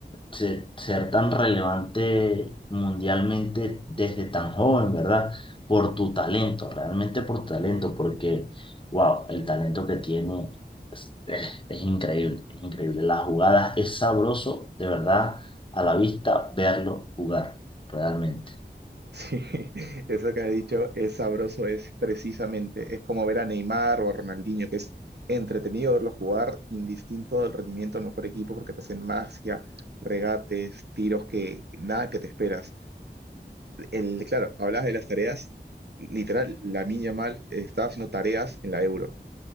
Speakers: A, on the left (about 30°); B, on the right (about 70°).
A: se- ser tan relevante mundialmente desde tan joven, ¿verdad? Por tu talento, realmente por tu talento, porque, wow, el talento que tiene es, es- es increíble, es increíble. Las jugadas, es sabroso, de verdad, a la vista, verlo jugar, realmente.
B: Sí, eso que has dicho es sabroso, es precisamente, es como ver a Neymar o a Ronaldinho, que es entretenido verlo jugar, indistinto del rendimiento del mejor equipo, porque te hacen magia, regates, tiros que nada que te esperas. el, claro, hablabas de las tareas, literal, la mía mal estaba haciendo tareas en la Euro.